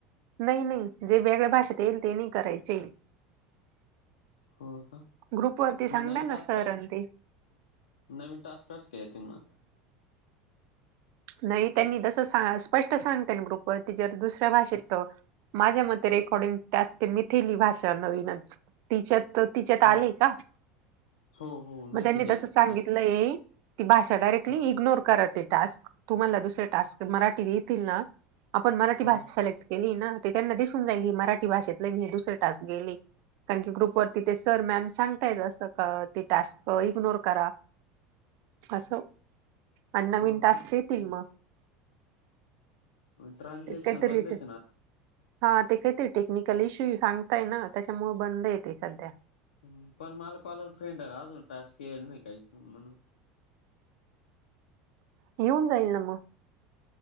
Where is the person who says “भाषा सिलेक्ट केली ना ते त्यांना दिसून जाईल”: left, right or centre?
Right